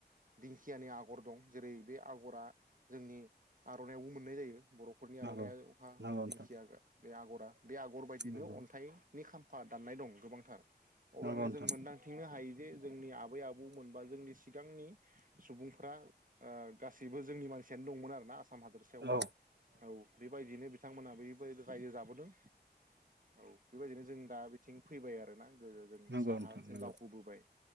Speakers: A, on the right; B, on the right.
A: दिंखियानि आगर दं जेरै बे आग'रा जोंनि आर'नायावबो मोननाय जायो बर'फोरनि
B: नंगौ
A: आर'नाइया अखा
B: नंगौ
A: हौ
B: नोंथां
A: दिंखिया बे आगरा बे आगर बायदिनो
B: नंगौ
A: अन्थाइनि खाम फा दाननाय दं गोबांथार अब्लानो
B: नंगौ नोंथां
A: जों मोन्दांथिंनो हा हायो जे जोंनि आबै आबौमोन बा जोंनि सिगांनि सुबुंफ्रा ओ गासैबो जोंनि मानसियानो दंमोन आरोना आस साम हादोरसायावनो
B: औ
A: औ बेबायदिनो बिथांमोनहा बेबाय रायजो जाबोदों औ बेबायदिनो जों दा बिथिं फैबाय आरोना गोदो जों
B: नंगौ
A: साहा
B: नोंथां
A: जों
B: नंगौ
A: दाव खोबोबाय